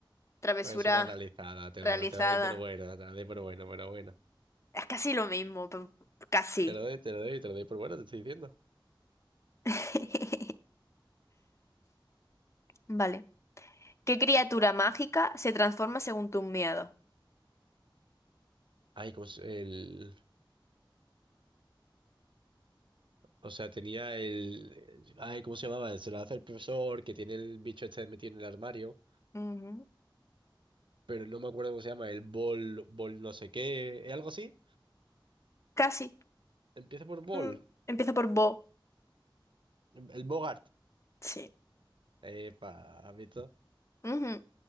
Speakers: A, on the left; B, on the right.
A: travesura
B: Es una analizada, te
A: realizada.
B: lo, te lo doy por bueno, te lo doy por bueno, pero bueno.
A: Es casi lo mismo, pero casi.
B: Te lo doy, te lo doy, te lo doy por bueno, te estoy diciendo.
A: <laughs> Vale. ¿Qué criatura mágica se transforma según tus miedos?
B: Ay, como se- el... O sea, tenía el... Ay, ¿cómo se llamaba? Se lo hace el profesor que tiene el bicho este metido en el armario,
A: Ujú.
B: pero no me acuerdo cómo se llama, el bol, bol no sé qué, ¿es algo así?
A: Casi.
B: Empieza por bol,
A: Mm. Empieza por bo.
B: el Bogart.
A: Sí.
B: Epa, ¿has visto?
A: Ujú.